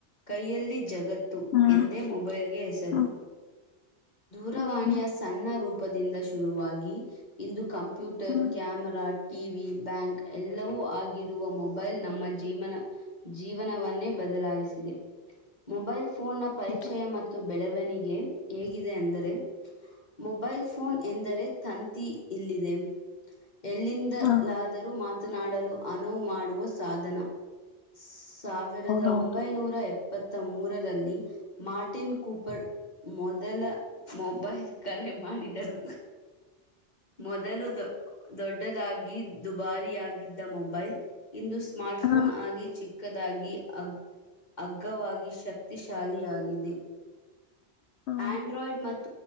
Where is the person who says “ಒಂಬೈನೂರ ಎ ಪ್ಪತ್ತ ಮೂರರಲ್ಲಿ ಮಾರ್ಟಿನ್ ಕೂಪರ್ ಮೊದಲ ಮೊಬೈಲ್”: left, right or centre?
Left